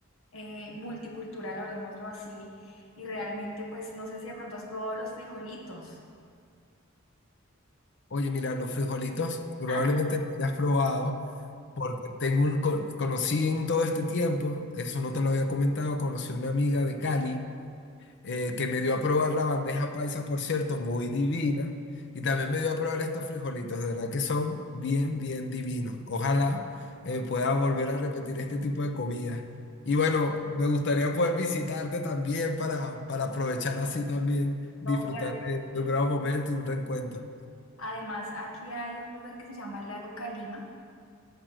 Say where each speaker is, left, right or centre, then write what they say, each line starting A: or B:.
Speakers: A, on the left; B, on the left.
A: eh, multicultural, hablemoslo así. Y realmente, pues no sé si de pronto has probado los frijolitos.
B: Oye, mira, los frijolitos probablemente
A: Ah,
B: no hayas probado porque tengo un, con- conocí en todo este tiempo, eso no te lo había comentado, conocí a una amiga de Cali eh, que me dio a probar la bandeja paisa, por cierto, muy divina. Y también me dio a probar estos frijolitos, de verdad que son bien, bien divinos. Ojalá eh, pueda volver a repetir este tipo de comida. Y bueno, me gustaría poder visitarte también para, para aprovechar así también, disfrutar
A: No, claro que
B: de, de
A: sí.
B: un gran momento y un reencuentro.
A: Además, aquí hay un lugar que se llama el Lago Calima